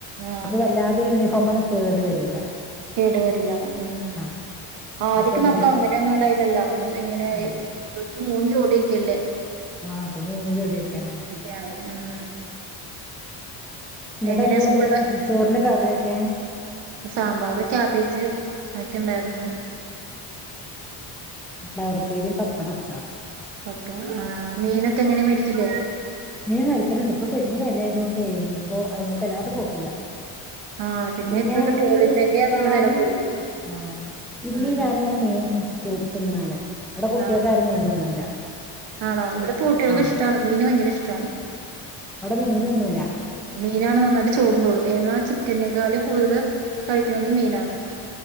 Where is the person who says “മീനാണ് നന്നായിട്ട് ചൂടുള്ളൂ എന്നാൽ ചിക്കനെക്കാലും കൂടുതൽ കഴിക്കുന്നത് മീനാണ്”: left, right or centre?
Right